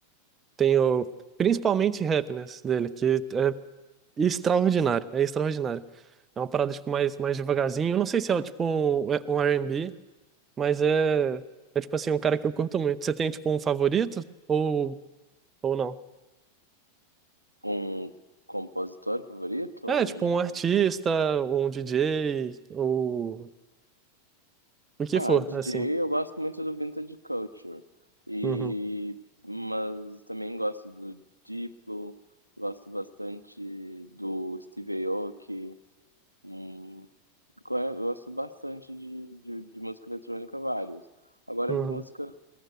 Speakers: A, on the right (about 20°); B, on the right (about 80°).
A: Tem o, principalmente Happiness dele, que é extraordinário, é extraordinário. É uma parada, tipo, mais, mais devagarzinho. Eu não sei se é, tipo, um, é um R&B, mas é, é, tipo assim, um cara que eu curto muito. Você tem, tipo, um favorito ou, ou não?
B: Um compositor favorito
A: É,
B: ou
A: tipo
B: um
A: um artista,
B: músico?
A: um DJ, ou o que
B: Ah,
A: for,
B: DJ,
A: assim.
B: eu gosto muito do Vintage Culture, e,
A: Uhum,
B: mas também gosto do Diplo, gosto bastante do Steve Aoki, um Go- Gosto bastante de, de, de música eletrônica, vários. Agora,
A: uhum,
B: de músicas